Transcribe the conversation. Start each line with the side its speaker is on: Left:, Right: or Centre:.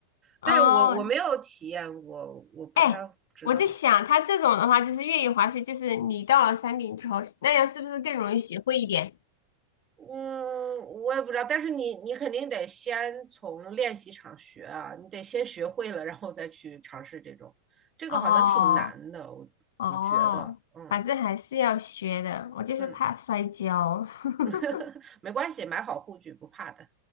Left: 哦，
Right: 但我我没有体验过，我不太知道。
Left: 哎，我在想，它这种的话就是越野滑雪，就是你到了山顶之后，那样是不是更容易学会一点？
Right: 嗯，我也不知道，但是你你肯定得先从练习场学啊，你得先学会了，然后再去尝试这种，这个好像挺难的，
Left: 哦
Right: 我我觉得，
Left: 哦，
Right: 嗯
Left: 反正还是要学的，我就是怕摔跤。
Right: 嗯，
Left: <laughs>
Right: <laughs> 没关系，买好护具不怕的，